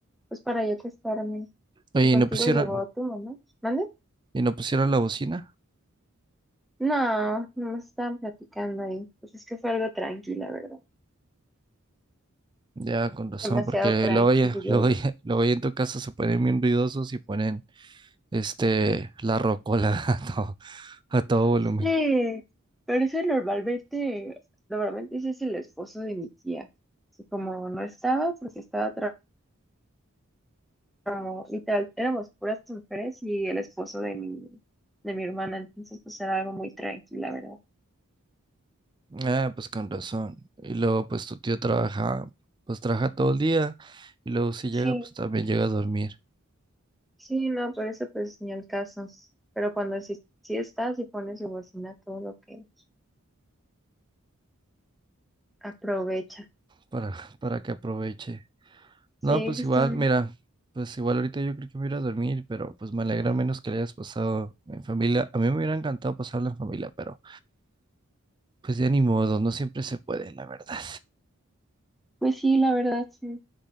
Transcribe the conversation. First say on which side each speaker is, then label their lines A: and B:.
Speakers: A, in the centre; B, on the right.
A: pues para yo acostarme.
B: Oye,
A: Y contigo
B: y no pusieron,
A: llegó tu mamá, ¿mande?
B: y no pusieron la bocina.
A: No, no me estaban platicando ahí. Pues es que fue algo tranquila, ¿verdad?
B: Ya, con razón,
A: Demasiado
B: porque
A: tranquilo,
B: luego ya,
A: diría
B: <laughs> luego
A: yo.
B: ya- luego ya en tu casa se ponen bien ruidosos y ponen, este, la rocola <laughs> a todo, a todo volumen.
A: Sí, pero eso normalmente, normalmente ese es el esposo de mi tía. que como no estaba, porque estaba trabajando. como literal, éramos puras mujeres y el esposo de mi, de mi hermana, entonces pues era algo muy tranquila, ¿verdad?
B: Ah, pues con razón. Y luego, pues tu tío trabaja, pues trabaja todo el día y luego si
A: Sí,
B: llega, pues también llega a dormir
A: sí, no, por eso pues ni al caso. Pero cuando sí, sí estás y pones su bocina, todo lo que aprovecha.
B: para, para que aproveche.
A: Sí,
B: No, pues
A: justamente.
B: igual, mira, pues igual ahorita yo creo que me voy a ir a dormir, pero pues me alegra menos que le hayas pasado en familia. A mí me hubiera encantado pasarlo en familia, pero pues ya ni modo, no siempre se puede, la verdad.
A: Pues sí, la verdad, sí.